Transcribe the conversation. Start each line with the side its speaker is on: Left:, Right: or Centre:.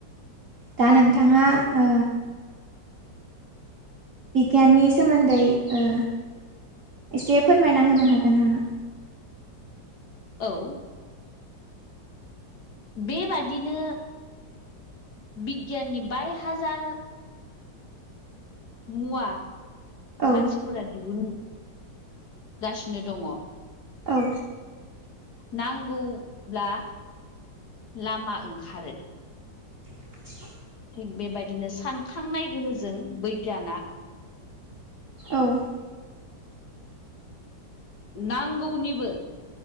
Right: दा नोंथाङा ओ बिगियाननि सोमोन्दै ओ एसे फोरमायना होनो हागोन नामा
Left: औ बेबादिनो बिगियाननि बाय हाजार मुवा
Right: औ
Left: मानसिफोरा दिहुन गासिनो दङ
Right: औ
Left: नांगौब्ला लामा ओंखारो
Right: <unintelligible> <inaudible>
Left: थिग बेबायदिनो सानखांनाय गोहोजों बैगियाना
Right: औ
Left: नांगौनिबो